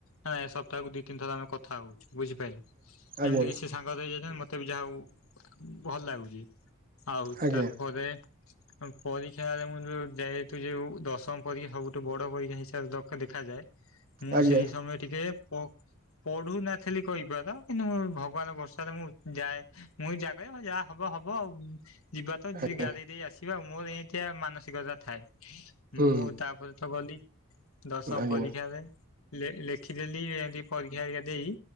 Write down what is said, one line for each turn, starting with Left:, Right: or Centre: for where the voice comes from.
Left: ନା ଏ ସବ ତାକୁ ଦି ତିନି ଥର ଆମେ କଥା ହଉଛୁ, ବୁଝିପାରିଲି
Right: ଆଜ୍ଞା
Left: ଏମିତି କିଛି ସେ ସାଙ୍ଗରେ ହେଇଯାଇ ମୋତେ ବି ଯାହାଉ ଭଲ ଲାଗୁଛି, ଆଉ
Right: ଆଜ୍ଞା
Left: ତାପରେ ପରୀକ୍ଷରେ ମୁଁ ଯୋଉ ଯେହେତୁ ଯୋଉ ଦଶମ ପରୀକ୍ଷା ସବୁଠୁ ବଡ ପରୀକ୍ଷା ହିସାବରେର ଦେଖାଯାଏ ମୁଁ
Right: ଆଜ୍ଞା
Left: ସେଇ ସମୟ ଟିକେ ପଢୁ ନଥିଲି କହିପାର, ତ କିନ୍ତୁ ମୁଁ ଭଗବାନ ଭର୍ଷାରେ ମୁଁ ଯାଏ, ମୁଁ ଯା କରେ ଯାହା ହବ ହବ ଆଉ, ଯିବା ତ
Right: ଆଜ୍ଞା
Left: ଗାରେଇ ଦେଇ ଆସିବା, ମୋର ଏମିତିଆ ମାନସିକତା ଥାଏ।
Right: ହୁଁ
Left: ମୁଁ ତାପରେ ତ ଗଲି ଦଶମ
Right: ଆଜ୍ଞା
Left: ପରୀକ୍ଷାରେ ଲେଖିଦେଲି, ଏମତି ପରୀକ୍ଷା ପରକ୍ଷା ଦେଇ